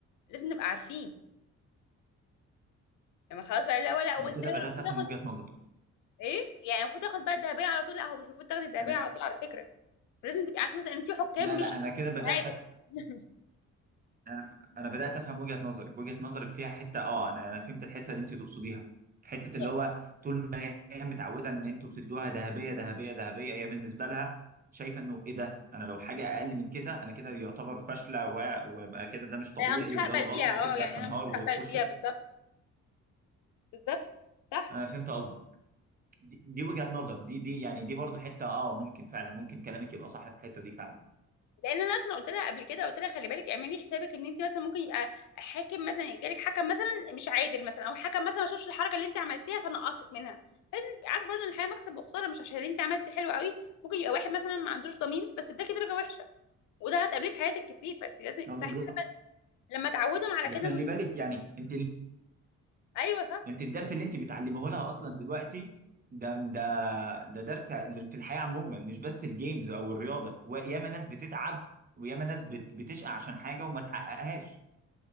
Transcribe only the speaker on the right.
انا كده بدات
افهم
وجهه نظري
انا
لا
لا
انا كده بدات
انا انا بدات افهم وجهه نظرك وجهه نظرك فيها حته اه انا انا فهمت الحته اللي انت تقصديها حته
اللي هو طول ما هي متعوده ان انتوا بتدوها ذهبيه ذهبيه ذهبيه هي بالنسبه لها شايفه انه ايه ده انا لو حاجه اقل من كده انا كده يعتبر فاشله و- ويبقى كده ده مش طبيعي
وده الغلط
وتبدا
تنهار
وتخش
انا فهمت قصدك دي دي وجهه نظر دي دي يعني دي برضو حته اه ممكن فعلا ممكن كلامك يبقى صح في الحته دي فعلا
اه بالظبط
وخلي
بالك يعني انت
انت الدرس اللي انت بتعلمه لها اصلا دلوقتي ده ده درس في الحياه عموما مش بس الجيمز او الرياضه وياما ناس بتتعب وياما ناس بت- بتشقى عشان حاجه وما تحققهاش